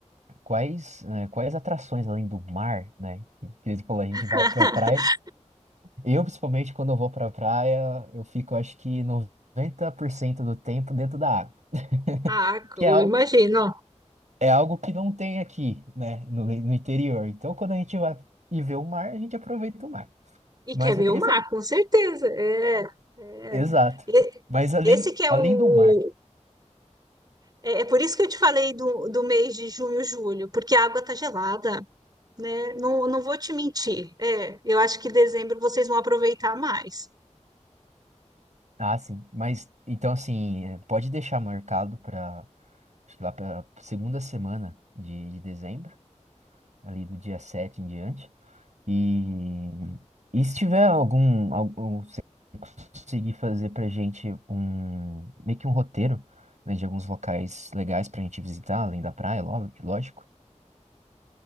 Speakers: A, on the right; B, on the right.
A: quais, né, quais atrações além do mar, né, que eles falou, a gente
B: <laughs>
A: vai pra praia Eu, principalmente, quando eu vou pra praia, eu fico, acho que 90% do tempo dentro da água. <laughs>
B: Ah,
A: Que
B: eu
A: é algo,
B: imagino.
A: é algo que não tem aqui, né, no, no interior. Então, quando a gente vai e vê o mar, a gente aproveita o mar.
B: E
A: Mas
B: quer ver
A: eu queria
B: o mar,
A: saber.
B: com certeza. É, é.
A: Exato.
B: E-
A: Mas além,
B: Esse que é
A: além
B: o.
A: do mar.
B: É, é por isso que eu te falei do, do mês de junho, julho, porque a água tá gelada, né? Não, não vou te mentir. É, eu acho que dezembro vocês vão aproveitar mais.
A: Ah, sim. Mas, então, assim, é, pode deixar marcado para, acho que lá para segunda semana de, de dezembro, ali do dia 7 em diante. E, e se tiver algum, algum. conseguir fazer pra gente um meio que um roteiro, né, de alguns locais legais pra gente visitar, além da praia, lo- lógico.